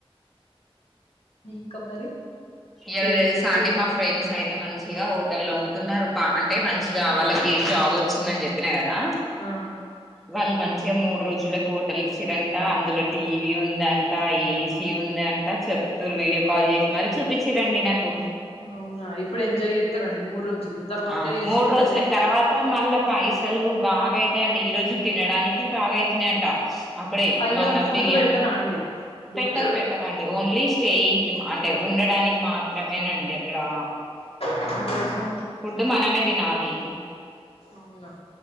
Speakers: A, on the left (about 75°); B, in the centre.
A: ఇంకా మరి
B: ఈడ
A: ఏం
B: తెలుసా
A: చెప్తున్నారండి
B: అండి మా ఫ్రెండ్స్ అయితే మంచిగా హోటల్ల్లో ఉంటున్నారు పా అంటే మంచిగా వాళ్ళకి జాబ్ వచ్చిందని చెప్పినా కదా
A: ఆ
B: వాళ్ళు మంచిగా మూడు రోజులకి హోటల్ ఇచ్చిరంట అందులో టీవీ ఉందంట ఏసీ ఉందంట చెప్తూరు వీడియో కాల్ చేసి మరి చూపించిరండి నాకు
A: అవునా ఇప్పుడు ఎంజాయ్ చేస్తారండి మూడు రోజులు తర్వాత
B: ఆ
A: ఏసీ
B: మూడు
A: ఉండదు
B: రోజులే
A: ఏముండదు
B: తర్వా త మళ్ళా పైసలు బాగా అయితాయండి ఈరోజు తినడానికే బాగా అయితున్నాయంట అప్పుడే
A: అయ్యో
B: మన్న
A: వాళ్ళు ఫుడ్
B: బిర్యానీ
A: పెట్టరా అండి భోజ
B: పెట్టరు పెట్ తారండి ఓన్లీ స్టేయింగ్ కి అంటే ఉండడానికి మాత్రమేనండి అక్కడా
A: ఆహా
B: ఫుడ్డు మనమే తినాలి
A: అవునా